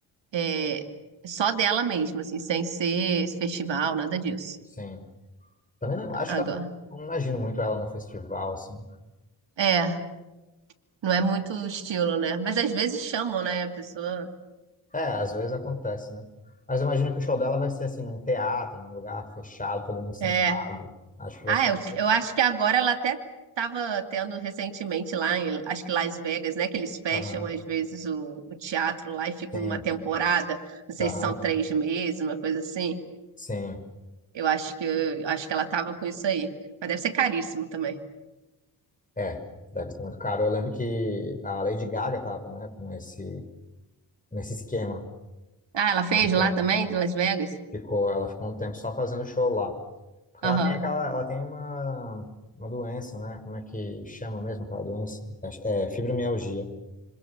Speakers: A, on the right; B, on the left.
A: é, só dela mesma assim, sem ser esse festival, nada disso.
B: Sim. Também não, acho
A: Agora.
B: que ela, não imagino muito ela no festival, assim.
A: É, não é muito o estilo, né? Mas às vezes chamam, né? A pessoa.
B: É, às vezes acontece, né? Mas eu imagino que o show dela vai ser assim, num teatro, num lugar fechado, todo mundo sentado.
A: É.
B: Acho que vai
A: Ah,
B: ser
A: eu,
B: assim.
A: eu acho que agora ela até estava tendo recentemente lá em, acho que Las Vegas, né? Que eles fecham
B: Aham,
A: às vezes o, o teatro lá e fica
B: sim,
A: uma temporada. Não sei
B: aham,
A: se são três meses, uma coisa assim.
B: sim.
A: Eu acho que eu acho que ela estava com isso aí. Mas deve ser caríssimo também.
B: É, deve ser muito caro. Eu lembro que a Lady Gaga tava, né, com esse, nesse esquema.
A: Ah, ela fez lá
B: um
A: também, de Las Vegas?
B: Ficou, ela ficou um tempo só fazendo show lá. Porque
A: Aham.
B: ela tem aquela, ela tem uma, uma doença, né? Como é que chama mesmo aquela doença? É, é fibromialgia.